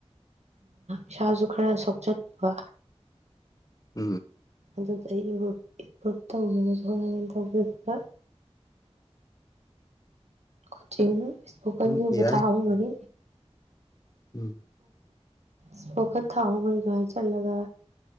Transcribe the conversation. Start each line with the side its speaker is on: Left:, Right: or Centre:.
Right: ꯏꯁꯥꯁꯨ ꯈꯔ ꯁꯣꯛꯆꯟꯕ
Left: ꯎꯝ
Right: ꯑꯗꯨꯗ ꯑꯩ ꯏꯄ꯭ꯔꯨꯞ ꯇꯧꯅꯕꯁꯨ ꯍꯣꯠꯅꯩꯅ ꯇꯧꯕꯖꯕ ꯀꯣꯆꯤꯡ ꯏꯁꯄꯣꯀꯟꯒꯤꯕ
Left: ꯎꯝ ꯌꯥꯏ
Right: ꯊꯥ ꯑꯍꯨꯝ ꯃꯔꯤ
Left: ꯎꯝ
Right: ꯁꯄꯣꯀꯟ ꯊꯥ ꯑꯍꯨꯝ ꯃꯔꯤꯗꯨ ꯍꯥꯟꯅ ꯆꯠꯂꯒ